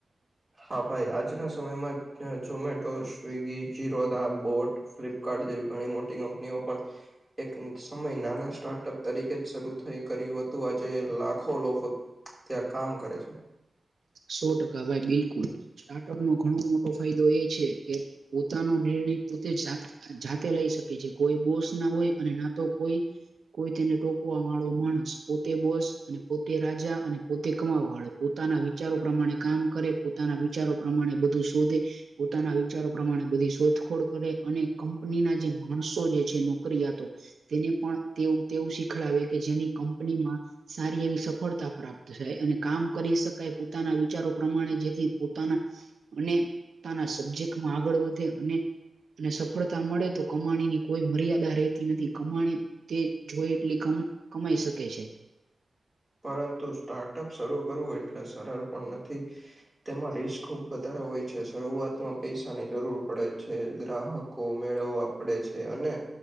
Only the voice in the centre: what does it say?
હા ભાઈ આજના સમયમાં ઝોમેટો, સ્વિગી, ચીરોદા બોટ ફ્લિપકાર્ટ જેવી ઘણી મોટી કંપનીઓ પણ એક સમય નાના સ્ટાર્ટઅપ તરીકે જ શરૂ થઈ કર્યું હતું આજે લાખો લોકો ત્યાં કામ કરે છે.
પરંતુ સ્ટાર્ટઅપ શરૂ કરવું એટલે સરળ પણ નથી. તેમાં રિસ્ક ખુબ વધારે હોય છે, શરૂઆતમાં પૈસાની જરૂર પડે છે ગ્રાહક કો મેળવવા પડે છે અને